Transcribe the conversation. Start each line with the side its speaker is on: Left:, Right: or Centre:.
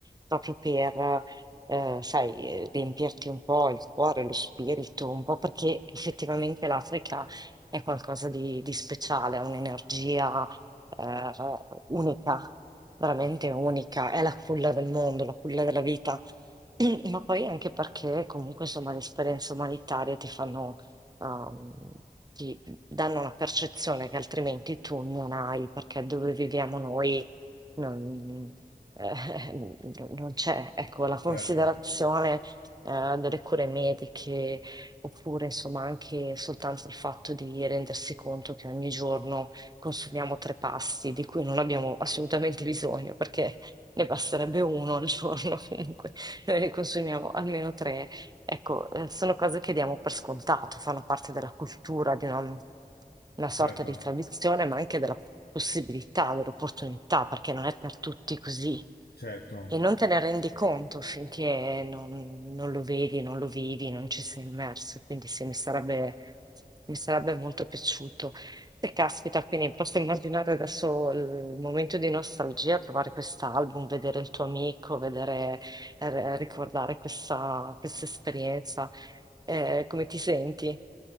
Right: proprio per, eh, sai, eh, riempirti un po' il cuore, lo spirito, un po' perché effettivamente l'Africa è qualcosa di, di speciale, ha un'energia, eh, unica, veramente
Left: Eh,
Right: unica, è la culla del mondo, la culla della vita. <clears throat> Ma poi anche perché comunque insomma le esperienze umanitarie ti fanno, ehm, ti danno una percezione che altrimenti tu non hai, perché dove viviamo noi non, eh, <laughs> non- non c'è, ecco, la considerazione,
Left: certo,
Right: eh, delle cure mediche, oppure insomma anche soltanto il fatto di rendersi conto che ogni giorno consumiamo tre pasti di cui non abbiamo assolutamente bisogno, perché ne basterebbe uno al giorno <laughs> comunque. <laughs> Noi ne consumiamo almeno tre. Ecco, eh, sono cose che diamo per scontato, fanno parte della cultura, di una, una sorta
Left: certo.
Right: di tradizione, ma anche della possibilità, dell'opportunità, perché non è per tutti così.
Left: Certo.
Right: E non te ne rendi conto finché non, non lo vedi, non lo vivi, non ci sei immerso. Quindi sì, mi sarebbe, mi sarebbe molto piaciuto. E caspita, quindi posso immaginare adesso il momento di nostalgia, trovare quest'album, vedere il tuo amico, vedere, eh, ricordare questa, questa esperienza. Eh, come ti senti?